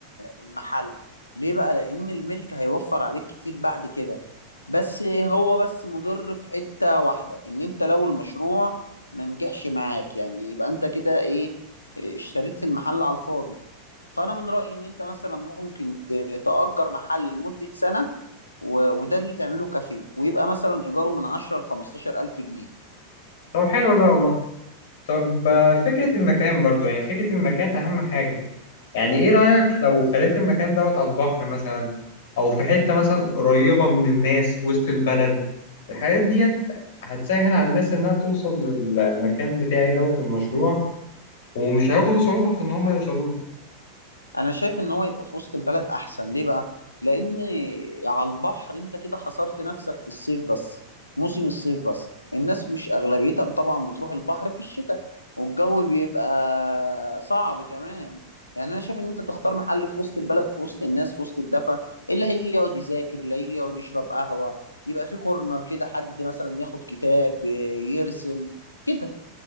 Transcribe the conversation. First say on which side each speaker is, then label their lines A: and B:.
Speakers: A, on the left; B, on the left.
A: المحل ليه بقى لان الملك هيوفر عليك كتير بعد كده بس هو بس مضر في حتة واحدة ان انت لو المشروع ما نجحش معاك يعني يبقى انت كده ايه إيه، اشتريت المحل على الفاضي فانا من رأيي ان انت مثلا ممكن ت- تأجر محل لمدة سنة و... وده اللي تعمله كافيه ويبقى مثلا ايجاره من 10 ل 15 الف جنيه
B: طب حلو ده والله طب آه، فكره المكان برضو يعني فكره المكان اهم حاجه يعني ايه رأيك لو خليت المكان دوت على البحر مثلا او في حتة مثلا قريبة من الناس وسط البلد الحاجات ديت هتسهل على الناس انها توصل للمكان بتاعي دوت المشروع ومش هيواجهوا صعوبة في ان هم يوصلوا له
A: انا شايف ان هو يبقى في وسط البلد احسن ليه بقى لان على البحر انت كده حصرت نفسك في الصيف بس موسم الصيف بس الناس مش اغلبيتها طبعا بتروح البحر في الشتاء والجو بيبقى صعب كمان يعني انا شايف ان انت تختار محل في وسط البلد في وسط الناس في وسط الدفا اللي هيجي يقعد يذاكر اللي هيجي يقعد يشرب قهوة يبقى في كورنر كده حد مثلا ياخد كتاب يرسم كده